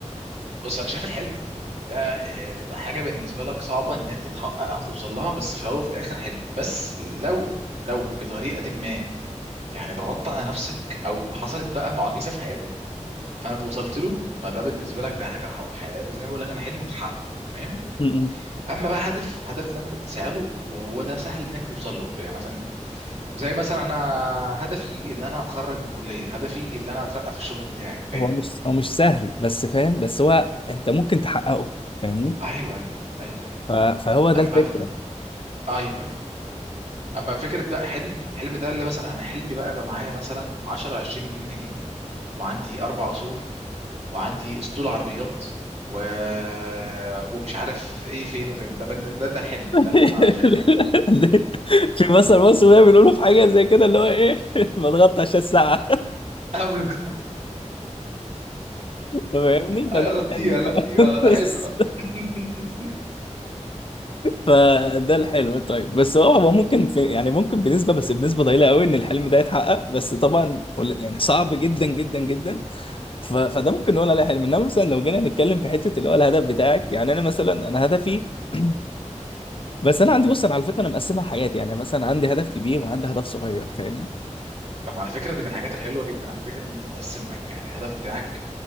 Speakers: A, on the right; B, on the left.
A: بص انا شايف الحلم ده آه، تبقى حاجه بالنسبه لك صعبه ان انت تحققها وتوصل لها بس في الاول وفي الاخر حلم بس لو لو بطريقه ما يعني ضغطت على نفسك او حصلت بقى معجزه في حياتك فانت وصلت له فده بالنسبه لك ده حاجه حو- ح- زي ما بقول لك انا حلم متحقق تمام
B: م- م.
A: اما بقى هدف هدف ده انت بتسعى له وهو ده سهل انك توصل له يعني مثلا إيه؟ زي مثلا انا هدفي ان انا اتخرج من الكليه هدفي ان انا اترقى في الشغل بتاعي فاهم
B: هو مش هو مش سهل بس فاهم بس هو انت ممكن تحققه فاهمني
A: ايوه ايوه ايوه ايوه
B: ف- فهو ده
A: اما
B: الفكره
A: ايوه ايوه اما فكره بقى حلم حلم ده اللي مثلا انا حلمي بقى يبقى معايا مثلا 10 20 مليون جنيه وعندي اربع قصور وعندي اسطول عربيات و... <laughs> ومش عارف ايه فين وفين ده بن- ده ده الحلم
B: <laughs>
A: ده اللي انا شايفه
B: في مثل مصر بقى بيقولوا في حاجه زي كده اللي هو ايه <laughs> بضغط عشان الساعه
A: <laughs>
B: <laughs> فاهمني فده
A: اغطيها
B: الحلم
A: اغطيها
B: بقى <laughs>
A: ده
B: بس
A: حلم بقى <laughs>
B: فده الحلم طيب بس هو هو ممكن في يعني ممكن بنسبه بس بنسبه ضئيله قوي ان الحلم ده يتحقق بس طبعا قل- يعني صعب جدا جدا جدا ف- فده ممكن نقول عليه حلم انما مثلا لو جينا نتكلم في حته اللي هو الهدف بتاعك يعني انا مثلا انا هدفي <clears throat> بس انا عندي بص انا على فكره انا مقسمها حاجات يعني مثلا عندي هدف كبير وعندي هدف صغير فاهمني
A: طب على فكره دي من الحاجات الحلوه جدا على فكره ان انت تقسم يعني الهدف بتاعك